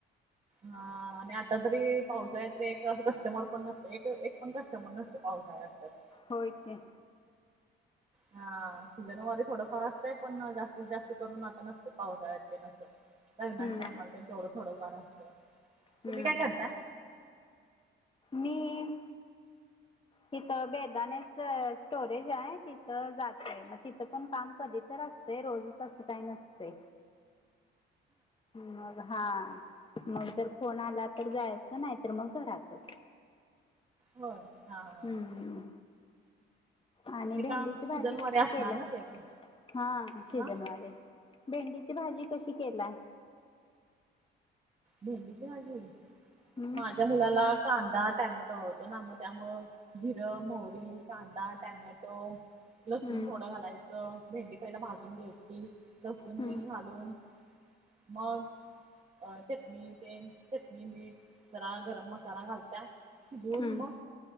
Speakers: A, on the right (about 30°); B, on the left (about 25°).
A: हा आणि आता जरी पावसाळ्यात तर एक अस कस्टमर पण नसतं एक पण. पाऊस झानंतर <inaudible>
B: होय ते.
A: हा सीझनवारी थोडंफार असतंय पण जास्तीत जास्ती करून आता नसत पावसाळ्यात नसते. लग्नाच्या
B: हं.
A: टाईमला तेवढं थोडं फार असतं
B: हं.
A: तुम्ही काय करता?
B: मी तिथं बेदानेच स्टोरेज आहे तिथं जातोय मग तिथं पण काम कधी तर असतं. ते रोजचं असं काही नसते मग हा. मंग फोन आला तर जायचं नाही तर मंग घरातच.
A: होय हा. हा
B: हम्म. आणि
A: ते
B: भेंडीची
A: काम
B: भाजी
A: सीझन
B: कशी
A: वारी असणार
B: केली
A: ना ते पण
B: हा सिजन
A: हा
B: वारे. भेंडीची भाजी कशी केलाय?
A: भेंडीची भाजी
B: हम्म
A: माझ्या मुलाला कांदा टॅमॅटो आवडतो ना मग त्यामुळ. जिरं मोहरी कांदा टॅमॅटो लसूण
B: हम्म
A: थोडं घालायचं. भेंडी पहिला भाजून घ्यायची लसून
B: हम्म
A: तेन घालून. मग च. चटणी ते चटणी मीठ जरा गरम मसाला घालत शिधून
B: हम्म
A: मग